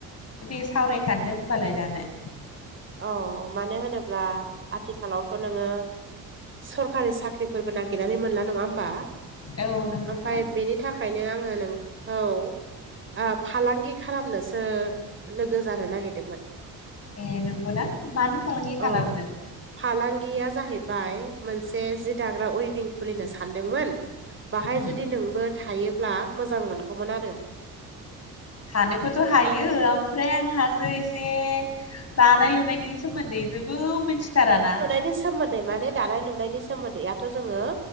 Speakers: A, on the left; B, on the right.
A: दे सावरायखादो होमबालाय दानो।
B: औ मानो होनोब्ला आथिखालावथ' नोङो सरखारि साख्रिफोरबो नागिरनानै मोनला नङा होमबा?
A: औ नोंगौथ'
B: ओमफ्राय बेनि थाखाय ओंखायनो आङो नोंखौ ओ फालांगि खालामनोसो लोगो जानो नागिरदोंमोन।
A: ए नोंगौना मानि फालांगि खालामनो?
B: औ फालांगिया जाहैबाय मोनसे जि दाग्रा उइभिं खुलिनो सानदोंमोन। बाहाय
A: उम
B: जुदि नोंबो थायोब्ला मोजां मोनगौमोन आरो।
A: थानोखौथ' हायो आमफ्राय आंहासो एसे दानाय लुनायनि सोमोन्दै जेबो मिनथिथाराना।
B: <unintelligible> <unintelligible> दानाय लुनायनि सोमोन्दैयाथ' जोङो